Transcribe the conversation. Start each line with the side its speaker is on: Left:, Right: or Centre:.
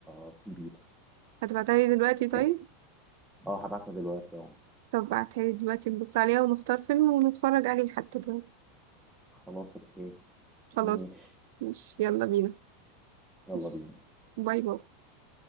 Centre: الكمبيوتر
Right: هتبعتها لي دلوقتي طيب
Centre: اوكي اه هبعتها دلوقتي اهو
Right: طب بعتها دلوقتي نبص عليها ونختار فيلم ونتفرج عليه حتى طيب
Centre: خلاص اوكي
Right: خلاص
Centre: ماشي
Right: مش يلا بينا
Centre: يلا
Right: بس.
Centre: بينا
Right: باي باي